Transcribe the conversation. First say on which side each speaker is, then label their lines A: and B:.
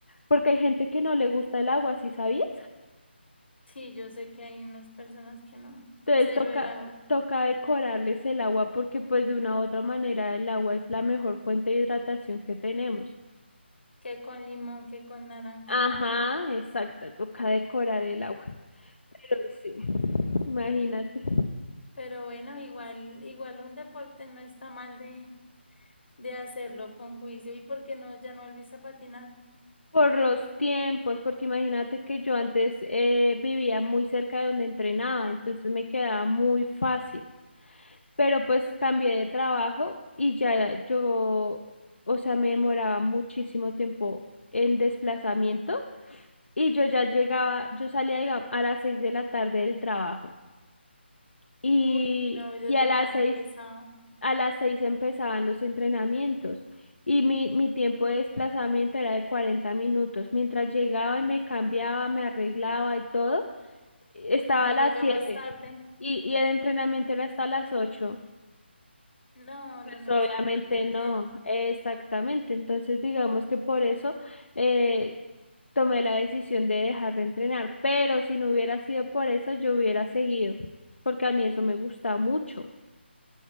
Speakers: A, on the left; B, on the left.
A: Porque hay gente que no le gusta el agua, ¿sí sabías?
B: Sí, yo sé que hay unas personas que no,
A: Entonces
B: cero
A: toca,
B: el agua,
A: toca decorarles el agua porque pues de una u otra manera el agua es la mejor fuente de hidratación que tenemos.
B: que con limón, que con naranjita,
A: Ajá, exacto, toca decorar el agua. Pero sí, imagínate.
B: ¿no? pero bueno, igual, igual un deporte no está mal de, de hacerlo con juicio. ¿Y por qué no, ya no volviste a patinar?
A: Por los tiempos, porque imagínate que yo antes eh, vivía muy cerca de donde entrenaba, entonces me quedaba muy fácil. pero pues cambié de trabajo y ya yo, o sea, me demoraba muchísimo tiempo en desplazamiento y yo ya llegaba, yo salía, digamos, a las seis de la tarde del trabajo y,
B: Uy, no, ya
A: y
B: te
A: a las
B: quedaba
A: seis,
B: muy pesado,
A: a las seis empezaban los entrenamientos y mi, mi tiempo de desplazamiento era de 40 minutos. Mientras llegaba y me cambiaba, me arreglaba y todo, estaba
B: ya
A: a las
B: llegabas
A: siete
B: tarde.
A: y, y el entrenamiento era hasta las ocho.
B: No,
A: Pues
B: no, no,
A: obviamente
B: eso era perder el
A: no,
B: tiempo.
A: exactamente. Entonces digamos que por eso eh, tomé la decisión de dejar de entrenar, pero si no hubiera sido por eso, yo hubiera seguido, porque a mí eso me gusta mucho,